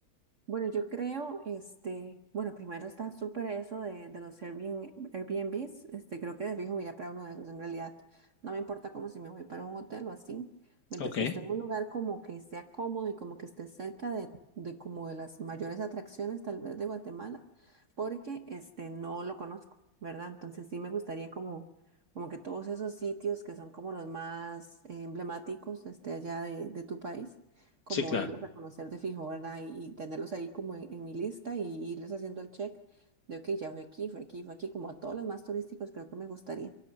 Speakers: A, on the right (about 50°); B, on the left (about 55°).
A: Bueno, yo creo, este, bueno, primero está súper eso de, de los Airbnb, Airbnbs, este, creo que de fijo me iría para uno de esos en realidad. No me importa como si me voy para un hotel o así, mientras
B: Ok,
A: que esté en un lugar como que sea cómodo y como que esté cerca de, de como de las mayores atracciones tal vez de Guatemala, porque este, no lo conozco, ¿verdad? Entonces sí me gustaría como, como que todos esos sitios que son como los más eh, emblemáticos, este, allá de, de tu país como
B: sí, claro.
A: ir a reconocer de fijo, ¿verdad? Y, y tenerlos ahí como en, en mi lista y irles haciendo el check de, ok, ya fui aquí, fui aquí, fui aquí, como a todos los más turísticos creo que me gustaría.